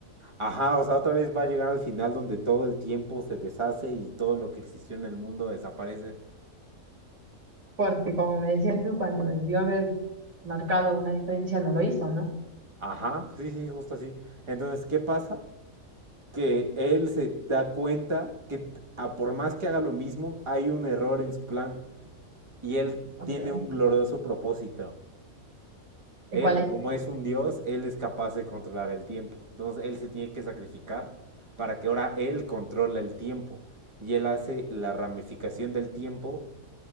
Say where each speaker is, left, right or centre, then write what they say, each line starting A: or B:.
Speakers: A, on the right; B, on the right.
A: Ajá, o sea, otra vez va a llegar al final donde todo el tiempo se deshace y todo lo que existió en el mundo desaparece.
B: porque como me decías tú, cuando debió haber marcado una diferencia, no lo hizo, ¿no?
A: Ajá, sí, sí, justo así. Entonces, ¿qué pasa? Que él se da cuenta que t- a por más que haga lo mismo, hay un error en su plan y él
B: Ok,
A: tiene un glorioso propósito.
B: ¿y
A: Él,
B: cuál es?
A: como es un dios, él es capaz de controlar el tiempo. Entonces, él se tiene que sacrificar para que ahora él controle el tiempo y él hace la ramificación del tiempo.